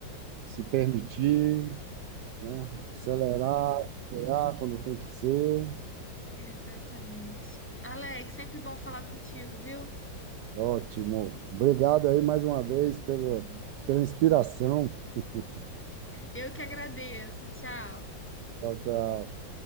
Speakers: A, on the right; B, in the centre.
A: se permitir, né? Acelerar, frear quando tem que ser.
B: É, exatamente. Alex, sempre bom falar contigo, viu?
A: Ótimo. Obrigado aí mais uma vez pelo, pela inspiração. <laughs>
B: Eu que agradeço. Tchau.
A: Tchau, tchau.